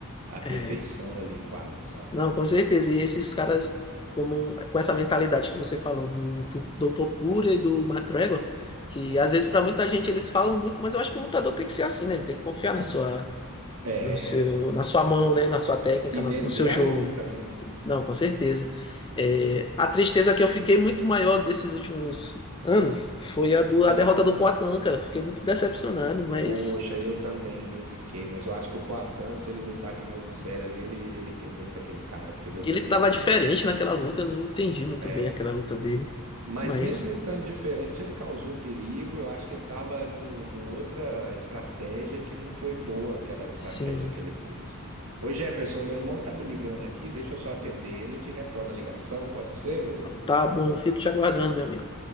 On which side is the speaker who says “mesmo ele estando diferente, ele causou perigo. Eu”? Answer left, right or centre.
Right